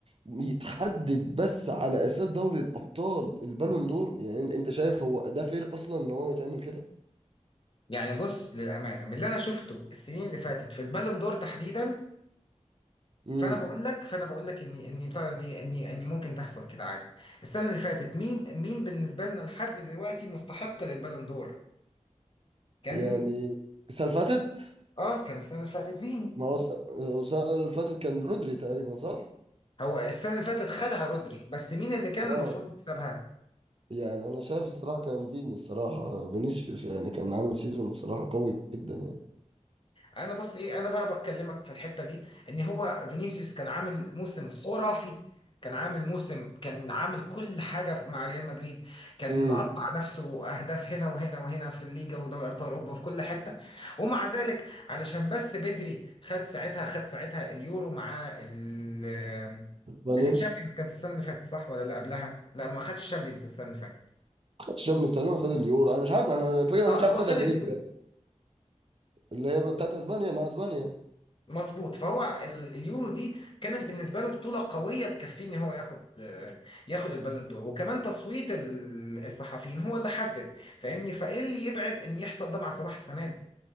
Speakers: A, on the right; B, on the left.
A: يتحدد بس على اساس دوري الابطال البالون دور يعني إن- انت شايف هو ده فير اصلا ان هو يتعمل كده
B: يعني بص للامانه من اللي انا شفته السنين اللي فاتت في البالون دور تحديدا
A: امم
B: فانا بقول لك فانا بقول لك اني اني بتاع ده، اني اني اني ممكن تحصل كده عادي السنه اللي فاتت مين مين بالنسبه لنا لحد دلوقتي مستحق للبالون دور كان
A: يعني السنه اللي فاتت
B: اه كان السنه اللي فاتت فيني
A: ما هو الس- هو السنه اللي فاتت كان رودري تقريبا صح
B: هو السنه اللي فاتت خدها رودري بس مين اللي كان
A: اه
B: المفروض يكسبها
A: يعني انا شايف الصراحه كان فيني الصراحه فينيسيوس يعني كان عامل سيزون الصراحه قوي جدا يعني
B: انا بس ايه انا بقى بكلمك في الحته دي ان هو فينيسيوس كان عامل موسم خرافي كان عامل موسم كان عامل كل حاجه مع ريال مدريد كان
A: امم
B: مقطع نفسه اهداف هنا وهنا وهنا في الليجا ودوري ابطال اوروبا في كل حته ومع ذلك علشان بس بدري خد ساعتها خد ساعتها اليورو مع ال
A: اسبانيا
B: التشامبيونز
A: ما
B: كانت السنه اللي فاتت صح ولا اللي قبلها لا ما خدش الشامبيونز السنه اللي فاتت
A: خدش شمس تقريبا خد اليورو انا مش عارف انا الفكره انا
B: اه
A: مش عارف
B: هو
A: خدها
B: خد
A: ليه
B: اليورو
A: بجد اللي هي بتاعت اسبانيا مع اسبانيا
B: مظبوط فهو ال- اليورو دي كانت بالنسبه له بطوله قويه تكفيه ان هو ياخد ياخد البالون دور وكمان تصويت ال- الصحفيين هو اللي حدد فاهمني فايه اللي يبعد ان يحصل ده مع صلاح السنه دي